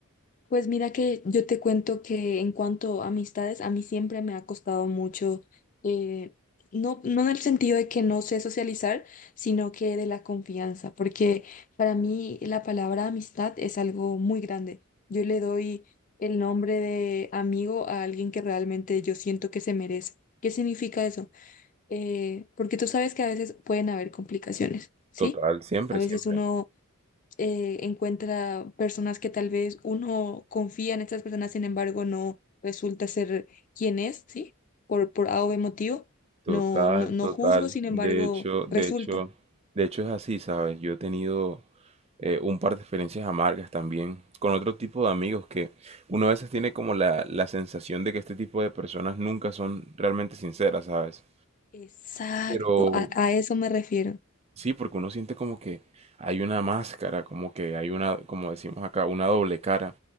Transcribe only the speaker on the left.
pues mira que yo te cuento que en cuanto a amistades, a mí siempre me ha costado mucho, eh, no, no en el sentido de que no sé socializar, sino que de la confianza, porque para mí la palabra amistad es algo muy grande. Yo le doy el nombre de amigo a alguien que realmente yo siento que se merece. ¿Qué significa eso? Eh, porque tú sabes que a veces pueden haber complicaciones, ¿sí?
A veces
uno eh, encuentra personas que tal vez uno confía en estas personas, sin embargo, no resulta ser quien es, ¿sí? Por, por A o B motivo.
No, no, no
juzgo, sin embargo,
resulta.
Exacto,
a, a eso me refiero.